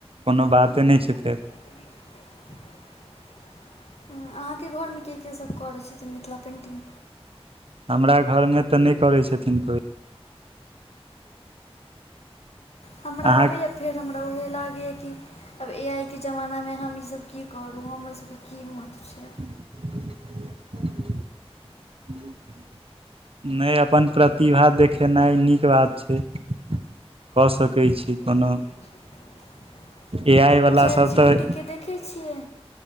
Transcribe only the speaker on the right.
कोनो बाते नै छै फेर।
हमरा घर में तऽ नै करै छथिन कोइ।
अहाँ
<unintelligible> नै अपन प्रति तिभा देखेनै नीक बात छै कऽ सकै छी।
कोनो ए आइ वला
सब
तऽ